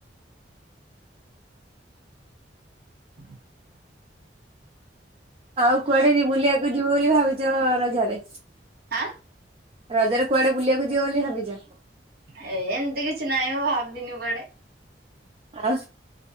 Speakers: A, on the right; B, on the right.
A: <inaudible>
B: <inaudible> ଆଉ କୁଆଡେ ଯିବ ବୁଲିବାକୁ ଯିବ ବୋଲି ଭାବିଛ । ଜ ରଜରେ
A: ହାଁ
B: ରଜର କୁଆଡେ ବୁଲିବାକୁ ଯିବ ବୋଲି ଭାବିଛ?
A: ଏ ଏମିତି କିଛି ନାହିଁମ ଭାବିନି କୁଆଡେ?
B: ଆଉ